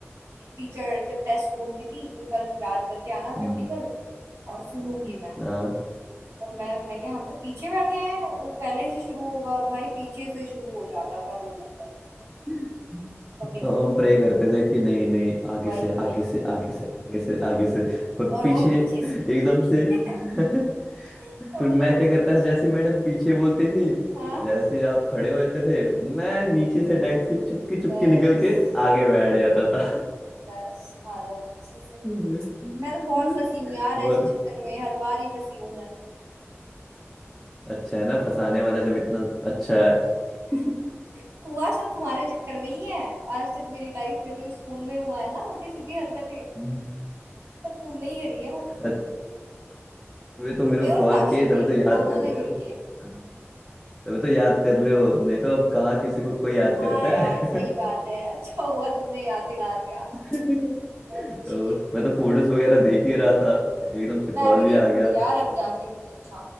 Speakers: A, on the right; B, in the centre.
A: टीचर जब टेस्ट बोलती थी कि कल याद करके आना
B: हम्म,
A: प्रैक्टिकल और सुनूंगी मैं
B: हाँ
A: और मैं मैं क्या हम तो पीछे बैठे हैं वो पहले से शुरू होगा और भाई पीछे से शुरू हो जाता था रोल नंबर
B: <laughs>
A: कभी
B: और
A: कभी
B: हम प्रे करते थे कि नहीं नहीं आगे
A: वही
B: से आगे
A: वही
B: से आगे से आगे से आगे से पर
A: और
B: पीछे
A: वो पीछे से
B: एकदम से <laughs>
A: <laughs> और
B: फिर मैं
A: लोग
B: क्या
A: पीछे
B: करता था जैसे
A: से।
B: मैडम पीछे बोलती थी
A: हाँ
B: जैसे ही आप खड़े हो जाते थे मैं नीचे से डेस्क से चुपके चुपके
A: बस
B: निकल के आगे बैठ जाता था
A: बस आ जाओ पीछे से
B: <laughs>
A: मैं तो बहुत फंसी हूँ यार ऐसे
B: और
A: चक्कर में हर बार ही फंसी हूँ मैं
B: अच्छा है ना फंसाने वाला जब इतना अच्छा है
A: <laughs>
B: <laughs>
A: हुआ सब तुम्हारे चक्कर में ही है आज तक मेरी लाइफ में जो स्कूल में हुआ है ना उल्टी सीधी हरकतें
B: हम्म।
A: सब तुमने ही करी है वो
B: अ- तभी तो
A: तुमने
B: मेरे को
A: और
B: कॉल
A: साक्षी
B: किए तभी
A: ने
B: तो याद
A: दोनों
B: कर
A: ने
B: रहे
A: मिलके
B: हो हाँ, तभी तो याद कर रहे हो नहीं तो अब कहाँ किसी को कोई याद
A: हाँ
B: करता
A: यार
B: है
A: सही बात है अच्छा हुआ तुमने याद दिला दिया
B: <laughs>
A: बहुत अच्छी
B: और
A: चीज है
B: मैं तो फोटोज वगैरह देख ही रहा था एकदम से कॉल
A: मैं भी देखूंगी
B: भी आ गया
A: यार अब जाके कुछ अच्छा